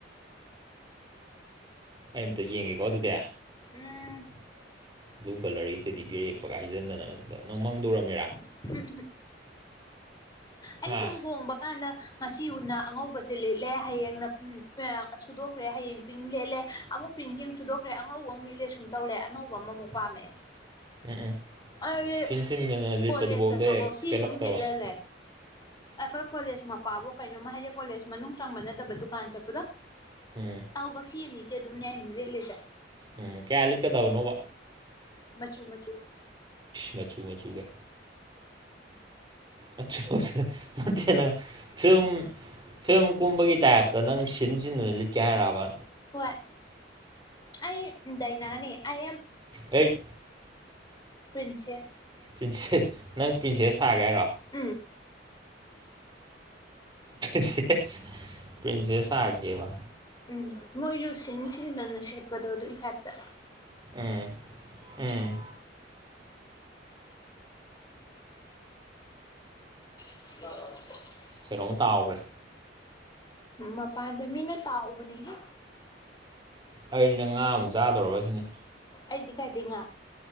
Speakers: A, on the right (about 25°); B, on the left (about 25°).
A: ꯑꯩ ꯑꯃꯝꯇ ꯌꯦꯡꯒꯦꯀꯣ ꯑꯗꯨꯗꯤ
B: ꯎꯝ
A: ꯕ꯭ꯂꯨ ꯀꯂꯔꯒꯤꯗꯗꯤ ꯄꯕꯤꯔꯛꯄꯒ ꯍꯥꯏꯖꯟꯗꯅ ꯁꯤꯗ ꯅꯪ ꯃꯪꯗꯔꯝꯃꯤꯔꯥ
B: <unintelligible> ꯑꯩ
A: ꯍꯥ
B: ꯁꯨꯝ ꯍꯣꯡꯕ ꯀꯥꯟꯗ ꯉꯁꯤ ꯎꯅ ꯑꯉꯧꯕꯁꯤꯦ ꯂꯤꯠꯂꯦ ꯍꯌꯦꯡꯅ ꯁꯨꯗꯣꯛꯈ꯭ꯔꯦ ꯍꯌꯦꯡ ꯄꯤꯡ ꯂꯤꯦꯠꯂꯦ ꯑꯃꯨꯛ ꯄꯤꯡ ꯌꯦꯡ ꯁꯨꯗꯣꯛꯈ꯭ꯔꯦ ꯑꯉꯧꯕ ꯑꯃꯨ ꯂꯤꯛꯂꯦ ꯁꯨꯝ ꯇꯧꯔꯦꯅꯧꯕ ꯑꯃꯃꯨꯛ ꯄꯥꯝꯃꯦ
A: ꯎꯝ ꯎꯝ
B: ꯑꯗꯨꯗꯤ
A: ꯁꯤꯤꯟ ꯁꯤꯤꯟꯗꯅ ꯂꯤꯠꯄꯗꯨꯐꯥꯎꯗ
B: ꯀꯣꯂꯦꯖ ꯆꯠꯄꯐꯧ
A: ꯍꯦꯛ
B: ꯁꯤ
A: ꯄꯦꯜꯂꯛꯇ꯭ꯔꯕ
B: ꯁꯨꯝ ꯂꯤꯠꯂ ꯂꯩ ꯑꯩꯈꯣꯏ ꯀꯣꯂꯦꯖ ꯃꯄꯥꯕꯨ ꯀꯩꯅꯣꯝꯃ ꯍꯥꯏꯗꯤ ꯀꯣꯂꯦꯖ ꯃꯅꯨꯡ ꯆꯪꯕ ꯅꯠꯇꯕ ꯗꯨꯀꯥꯟ ꯆꯠꯄꯗꯣ
A: ꯎꯝ
B: ꯑꯥꯎ ꯕꯛꯁꯤ ꯑꯅꯤꯁꯦ ꯑꯗꯨꯝꯅꯦ ꯑ ꯂꯤꯠꯂꯤꯁꯦ
A: ꯎꯝ ꯀꯌꯥ ꯂꯤꯠꯀꯗꯕꯅꯣꯕ
B: ꯃꯆꯨ ꯃꯆꯨ
A: ꯃꯆꯨ ꯃꯆꯨꯒ ꯑꯔꯁ ꯑꯗꯤꯂ ꯐꯤ ꯐꯤꯂꯝ ꯀꯨꯝꯕꯒꯤ ꯇꯥꯏꯞꯇ ꯅꯪ ꯁꯤꯟꯁꯤꯡꯗꯨꯅ ꯂꯤꯠꯀꯦ ꯍꯥꯏꯔꯛꯑꯕ
B: ꯍꯣꯏ ꯑꯩ ꯗꯅꯥꯅꯦ ꯑ ꯌꯥꯝ
A: ꯑꯩ
B: ꯄ꯭ꯔꯤꯟꯁꯦꯁ
A: ꯄꯦꯠ ꯅꯪ ꯄꯤꯟꯆꯦꯠ ꯁꯥꯒꯦ ꯍꯥꯏꯔꯣ
B: ꯎꯝ
A: ꯄ꯭ꯔꯤꯟꯁꯦꯁ ꯄ꯭ꯔꯤꯟꯁꯦꯁ ꯁꯥꯒꯦꯕ
B: ꯎꯝ ꯃꯣꯏꯁꯨꯨ ꯁꯤꯅꯤ ꯁꯤꯖꯤꯟꯅꯅ ꯁꯦꯠꯄꯗꯣ ꯑꯗꯨꯒꯤ ꯇꯥꯏꯞꯇ
A: ꯎꯝ ꯎꯝ
B: <unintelligible>
A: ꯀꯩꯅꯣꯝꯃ ꯇꯥꯎꯍꯈ꯭ꯔꯦ
B: ꯃꯄꯥꯟꯗ ꯃꯤꯅ ꯇꯥꯛꯕꯅꯦꯍꯦ
A: ꯑꯩꯩꯅ ꯉꯥꯃꯨꯛ ꯆꯥꯗꯣꯔꯕ ꯁꯤꯅꯤ
B: ꯑꯩꯗꯤ ꯀꯥꯏꯗꯤꯉ